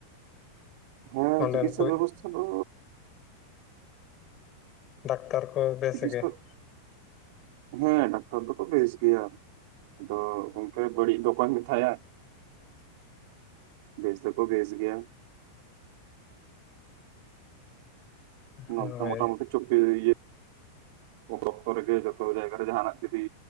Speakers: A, on the right (about 50°); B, on the left (about 30°).
A: ᱦᱮᱸ
B: ᱚᱸᱰᱮᱱ
A: ᱪᱤᱠᱤᱛᱥᱟ
B: ᱠᱚ
A: ᱵᱮᱵᱚᱥᱛᱷᱟ ᱫᱚᱼᱼ
B: ᱰᱟᱠᱛᱟᱨ ᱠᱚ ᱵᱮᱥ
A: ᱪᱤᱠᱤᱛᱥᱟ
B: ᱜᱮ ᱾
A: ᱦᱮᱸ ᱰᱟᱠᱛᱟᱨ ᱫᱚᱠᱚ ᱵᱮᱥ ᱜᱮᱭᱟ ᱾ ᱟᱫᱚ ᱜᱚᱢᱠᱮ ᱵᱟᱹᱲᱤᱡ ᱫᱚ ᱚᱠᱚᱭᱮᱢ ᱢᱮᱛᱟᱭᱟ ᱾ ᱵᱮᱥ ᱫᱚ ᱠᱚ ᱵᱮᱥ ᱜᱮᱭᱟ ᱾ ᱱᱟᱨᱥ
B: ᱦᱳᱭ
A: ᱠᱚ ᱢᱚᱴᱟ ᱢᱩᱴᱤ ᱪᱚᱵᱽᱵᱤᱥ ᱤᱭᱮᱼᱼ ᱩᱱ ᱚᱠᱛᱚ ᱨᱮᱜᱮ ᱡᱚᱛᱚ ᱡᱟᱭᱜᱟ ᱨᱮ ᱡᱟᱸᱦᱟᱱᱟᱜ ᱡᱩᱫᱤ,